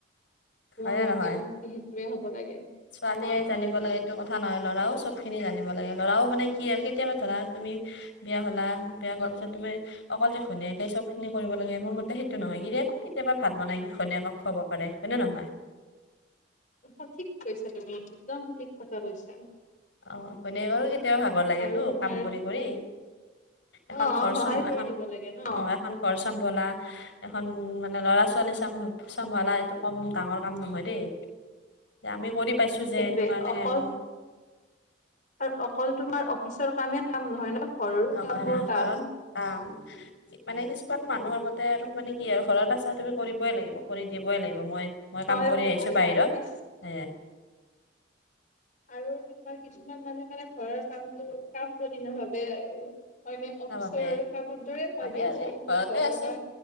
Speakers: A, on the left (about 40°); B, on the left (about 65°).
A: মোৰ
B: হয়নে
A: মতেও
B: নহয়
A: সেইটোৱে হ'ব লাগে।
B: ছোৱালীয়ে
A: হয়
B: জানিব
A: হয় হয়।
B: লাগে এইটো কথা নহয় লৰাও চব খিনি জানিব লাগে ল'ৰাও মানে কি আৰু কেতিয়াবা ধৰা তুমি বিয়া হলা বিয়া হোৱাৰ পিছত তুমি অকলতে ঘনীয়েকে চব খিনি কৰিব লাগে মোৰ মতে সেইটো নহয় কিৰেক কেতিয়াবা ভাত বনাই কি ঘনীয়ক খুৱাব পাৰে হয়নে নহয়
A: সঠিক কৈছা তুমি একদম সঠিক কথা কৈছা
B: অ ঘনীয়োকো কেতিয়াও ভাগৰ লাগেতো
A: আৰু তোমাৰ
B: কাম কৰি কৰি
A: অ
B: এখন ঘৰ
A: সহায় কৰি
B: এখন
A: দিব লাগে ন
B: অ এখন ঘৰচম্বলা এখন ল'ৰা ছোৱালী চ চম্ভালা এইটো কম ডাঙৰ কাম নহয় দেই আমি কৰি পাইছো যে
A: সেইটোৱে
B: সেইটো কাৰণে
A: অকল
B: আৰু
A: আৰু অকল তোমাৰ অফিচৰ কামে কাম নহয় ন ঘৰৰো
B: নহয়
A: কাম
B: নহয়
A: বোৰ কাম
B: ঘৰত যাম মানে কি কিমান মানুহৰ মতে আৰু মানে কি আৰু ঘৰত আছা তুমি কৰিবই লাগিব কৰি দিবই লাগিব মই মই
A: হয়
B: কাম কৰি
A: হয়
B: আহিছো
A: আৰু
B: বাহিৰত
A: আৰু কি
B: এ
A: আৰু তোমাৰ কিছুমান মানুহে মানে ঘৰৰ কামটো কাম বুলি নাভাবে আৰু ওচৰৰ
B: নাভাবে
A: কামত দৰে হয়
B: ভাবে
A: দিয়াচোন
B: আৰু এই
A: দিয়াচোন
B: ঘৰতে
A: ঘৰৰ
B: আছে
A: কা